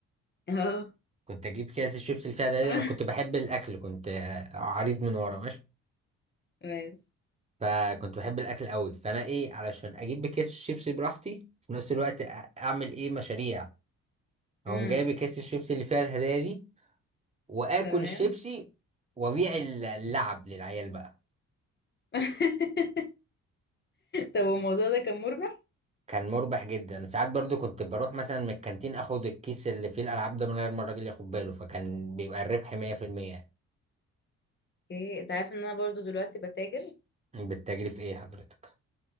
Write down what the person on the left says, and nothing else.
اه
آه.
<laughs> ماشي
امم
تمام
<laughs> طب الموضوع ده كان مربح
ايه انت عارف ان انا برضو دلوقتي بتاجر